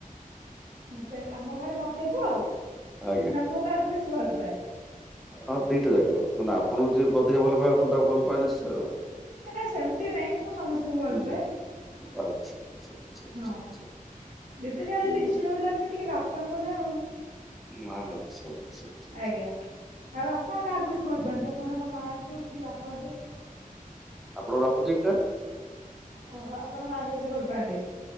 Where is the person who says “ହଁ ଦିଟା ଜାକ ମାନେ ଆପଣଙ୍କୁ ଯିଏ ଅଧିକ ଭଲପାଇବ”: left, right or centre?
Centre